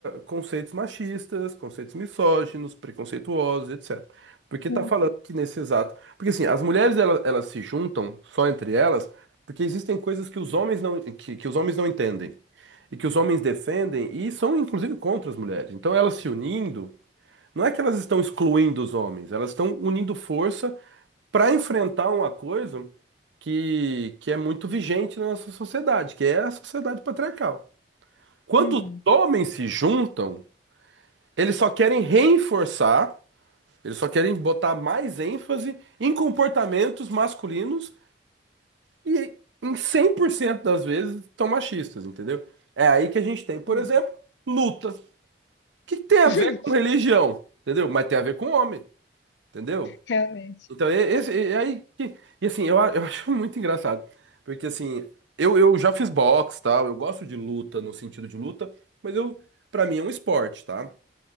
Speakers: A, on the right; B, on the left.
A: conceitos machistas, conceitos misóginos, preconceituosos, etc. Porque
B: uhum.
A: tá falando que nesse exato. Porque assim, as mulheres elas, elas se juntam só entre elas porque existem coisas que os homens não, que, que os homens não entendem. E que os homens defendem e são inclusive contra as mulheres. Então elas se unindo, não é que elas estão excluindo os homens, elas estão unindo força para enfrentar uma coisa que, que é muito vigente na nossa sociedade, que é a sociedade patriarcal. Quando
B: Uhum.
A: os homens se juntam, eles só querem reforçar, eles só querem botar mais ênfase em comportamentos masculinos e em 100% das vezes são machistas, entendeu? É aí que a gente tem, por
B: Não.
A: exemplo, lutas. O que que tem a
B: <laughs>
A: ver com religião, entendeu? Mas tem a ver com homem, entendeu?
B: Realmente.
A: Então, e- esse, e aí, que- e assim, eu, a- eu <laughs> acho muito engraçado, porque assim, eu, eu já fiz boxe, tal, eu gosto de luta, no sentido de luta, mas eu, pra mim é um esporte, tá?